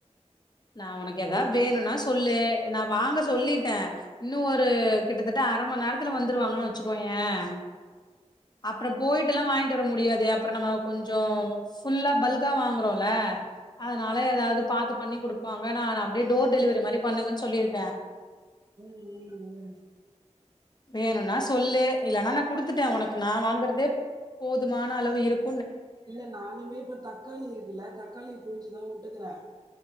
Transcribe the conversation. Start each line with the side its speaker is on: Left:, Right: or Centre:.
Left: நான் உனக்கு ஏதாவது
Right: ஐயோ! நான்
Left: வேணும்னா
Right: சொ
Left: சொல்லு நான் வாங்க சொல்லிட் டேன் இன்னும் ஒரு கிட்டத்தட்ட ஆ அரைமணி நேரத்துல வந்துருவாங்கன்னு வச்சுக்கோயேன் அப்புறம் போயிட்டு எல்லாம் வாங்க் முடியாது அப்புறம் நம்ம கொஞ்சம் ஃபுல்லா பல்கா வாங்குறோல அதனால ஏதாவது பாத்து பண்ணி குடுப்பாங்க நான் அப்படியே டோர் டெலிவரி மாரி பண்ணுங்கன்னு சொல்லிருக்கேன்
Right: உம் உம் உம்
Left: வேணும்னா சொல்லு இல்லனா நான் குடுத்துட்டேன் உனக்கு நான் வாங்கறதே போதுமான அளவு இருக்
Right: இல்ல நானுமே இப்ப தக்காளி இருக்குல்ல தக்காளி புளிஞ்சுதான் வுட்டுக்கறே